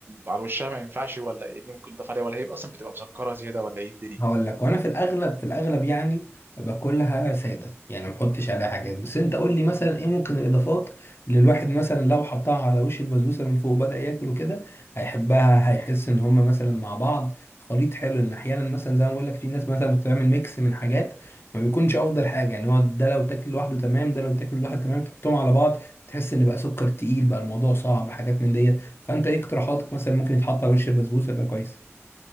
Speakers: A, on the right (about 45°); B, on the left (about 55°).
A: على وشها ما ينفعش ولا ايه اللي ممكن يضاف عليها ولا هي اصلا بتبقى مسكره زياده ولا ايه الدنيا
B: هقول لك وانا في الاغلب في الاغلب يعني باكلها ساده يعني ما بحطش عليها حاجات بس انت قول لي مثلا ايه ممكن الاضافات اللي الواحد مثلا لو حطها على وش البسبوسه من فوق وبدا ياكل وكده هيحبها هيحس ان هم مثلا مع بعض خليط حلو ان احيانا مثلا زي ما بقول لك في ناس مثلا بتعمل ميكس من حاجات ما بيكونش افضل حاجه يعني هو ده لو تاكل لوحده تمام ده لو تاكل لوحده تمام تحطهم على بعض تحس ان بقى سكر تقيل بقى الموضوع صعب حاجات من دي فانت ايه اقتراحاتك مثلا ممكن يتحط على وش البسبوسه يبقى كويس